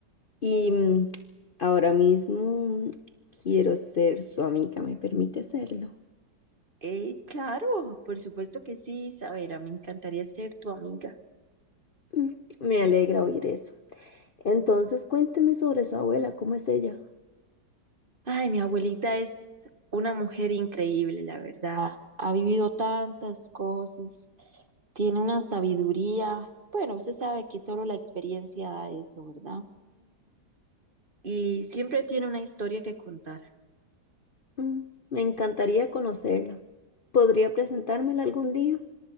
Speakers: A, on the left; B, on the right.
A: Y mm, ahora mismo mm, quiero ser su amiga. ¿Me permite serlo?
B: Eh, claro, por supuesto que sí, Isabela, me encantaría ser tu amiga.
A: Mm, Me alegra oír eso. Entonces, cuénteme sobre su abuela. ¿Cómo es ella?
B: Ay, mi abuelita es una mujer increíble, la verdad. Ha vivido tantas cosas, tiene una sabiduría. Bueno, usted sabe que solo la experiencia da eso, ¿verdad? Y siempre tiene una historia que contar.
A: Mm, Me encantaría conocerlo. ¿Podría presentármela algún día?